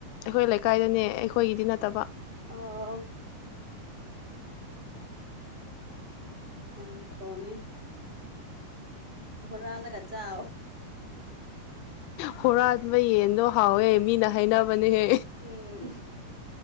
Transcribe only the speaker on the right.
ꯑ ꯌꯥꯝ ꯈꯣꯡꯉꯦ ꯍꯔꯂꯒ ꯆ
ꯎꯝ